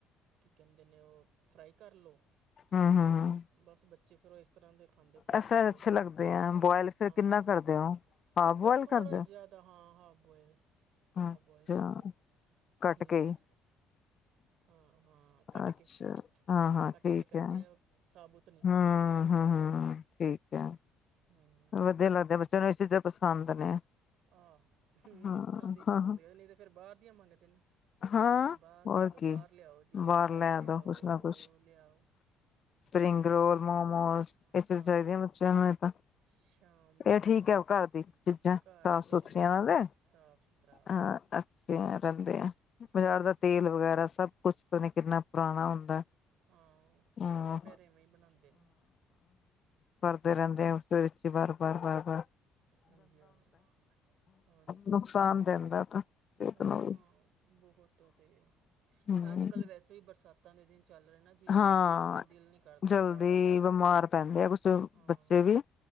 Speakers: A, on the right; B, on the left.
A: ਕੀ ਕਹਿੰਦੇ ਨੇ, ਉਹ ਫਰਾਈ ਕਰ ਲਉ
B: ਹਾਂ ਹਾਂ
A: ਬਸ ਬੱਚੇ ਫਿਰ ਉਹ ਇਸ ਇਸ ਤਰ੍ਹਾਂ ਦੇ ਖਾਂਦੇ ਖੁਸ਼
B: ਐਸੇ
A: ਹੋ ਕੇ,
B: ਅੱਛੇ ਲੱਗਦੇ ਆ ਬੋਆਇਲ ਫਿਰ
A: ਹਾਂ-
B: ਕਿੰਨਾ ਕਰਦੇ
A: ਹਾਂ
B: ਹੋ ਹਾਫ ਬੋਆਇਲ
A: ਬਸ ਥੋੜਾ
B: ਕਰਦੇ
A: ਜੇਆ ਤਾਂ ਹਾਂ ਹਾਫ ਬੋਆਇਲ
B: ਹੋ
A: ਹਾਫ
B: ਅੱਛਾ
A: ਬੋਆਇਲ ਕਰ ਲਓ,
B: ਕੱਟ
A: ਫੇਰ
B: ਕੇ ਹੀ
A: ਹਾਂ- ਹਾਂ ਕੱਟ
B: ਅੱਛਾ
A: ਕੇ,
B: ਹਾਂ ਹਾਂ
A: ਕੱਟ
B: ਠੀਕ
A: ਕੇ ਕਰਨੇ
B: ਹੈ
A: ਆ ਸਾਬੁਤ ਨਹੀਂ
B: ਹਮ ਹਮ ਹਮ ਠੀਕ ਹੈ
A: ਹੂੰ
B: ਵਧੀਆ ਲੱਗਦੇ ਬੱਚਿਆਂ ਨੂੰ ਇਹ ਚੀਜ਼ਾਂ ਪਸੰਦ ਨੇ।
A: ਆਹ,
B: ਹਾਂ
A: ਇਸ ਤਰ੍ਹਾਂਹ ਦੀ
B: ਹਾਂ-ਹਾਂ।
A: ਪਸੰਦ ਨਹੀਂ ਤੇ ਫਿਰ ਬਾਹਰ ਦੀਆਂ ਮੰਗਦੇ ਨੇ।
B: ਹਾਂ
A: ਬਾਹਰ
B: ਹੋਰ
A: ਚਲੋ
B: ਕੀ
A: ਬਾਹਰ ਲਿਆਓ ਜੀ ਬਾਹਰ ਦਾ
B: ਲੈ
A: ਇਹ ਲਿਆਓ,
B: ਆਦੋ ਕੁਛ ਨਾ ਕੁਛ।
A: ਉਹ ਲਿਆਓ।
B: ਸਪਰਿੰਗ ਰੋਲ,
A: ਸ਼ਾਮ
B: ਮੋਮੋਸ ਇਹ ਚੀਜ਼
A: ਹਾਂ
B: ਚਾਹੀਦੀਆਂ ਬੱਚਿਆਂ ਨੂੰ ਹੁਣੇ ਤਾਂ
A: ਸ਼ਾਮ ਦੇ
B: ਇਹ
A: ਟਾਈਮ
B: ਠੀਕ ਹੈ ਘਰ ਦੀ ਚੀਜ਼ਾਂ,
A: ਘਰ
B: ਸਾਫ ਸੁਥਰੀਆਂ
A: 'ਚ ਠੀਕ
B: ਨਾਲੇ
A: ਸਾਫ ਸੁਥਰਾ
B: ਹਾਂ ਅੱਛੀਆ ਰਹਿੰਦੇ ਆ ਬਜਾਰ ਦਾ ਤੇਲ ਵਗੈਰਾ ਸਭ ਕੁਛ ਪਤਾ ਨੀ ਕਿੰਨਾ ਪੁਰਾਣਾ ਹੁੰਦਾ।
A: ਹਾਂ
B: ਹਾਂ-ਹਾਂ।
A: ਉਹ ਤਾਂ ਫੇਰ ਇਵੇਂ ਹੀ ਬਣਾਂਦੇ ਨੇ।
B: ਭਰਦੇ ਰਹਿੰਦੇ ਆ ਉਸਦੇ ਵਿੱਚ ਵਾਰ- ਵਾਰ, ਵਾਰ- ਵਾਰ
A: ਹਾਂਜੀ ਹਾਂਜੀ ਹਾਂਜੀ
B: ਨੁਕਸਾਨ ਦਿੰਦਾ ਤਾਂ ਸਿਹਤ
A: ਹਾਂ
B: ਨੂੰ ਵੀ
A: ਬਹੁਤ ਔ ਤੇ,
B: ਹੂੰ।
A: ਅੱਜ ਕੱਲ੍ਹ ਵੈਸ ਵੈੇਸੇ ਵੀ ਬਰਸਾਤਾਂ ਦੇ ਦਿਨ ਚੱਲ ਰਹੇ ਨਾ। ਜਿਵੇਂ
B: ਹਾਂ
A: ਤੇ ਦਿਲ ਨਹੀਂ ਕਰਦਾ
B: ਜਲਦੀ
A: ਬਾਹਰ ਦਾ ਨਾ
B: ਬਿਮਾਰ ਪੈਂਦੇ ਆ ਕੁਛ
A: ਹਾਂ
B: ਬੱਚੇ ਵੀ।